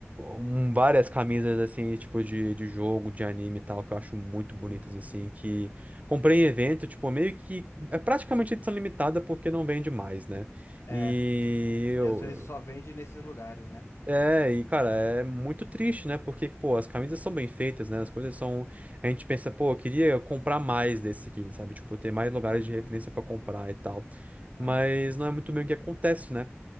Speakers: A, on the right; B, on the left.
A: hum, várias camisas, assim, tipo, de, de jogo, de anime e tal, que eu acho muito bonitas,
B: Uhum.
A: assim, que comprei em evento, tipo, meio que é praticamente edição limitada porque não vende mais, né?
B: É,
A: E eu,
B: e às vezes só vende nesses lugares, né?
A: é, e cara, é muito triste, né? Porque, pô, as camisas são bem feitas, né? As coisas são. A gente pensa, pô, eu queria comprar mais desse aqui, sabe? Tipo, ter mais lugares
B: Uhum,
A: de referência pra comprar e tal.
B: é.
A: Mas não é muito bem o que acontece, né?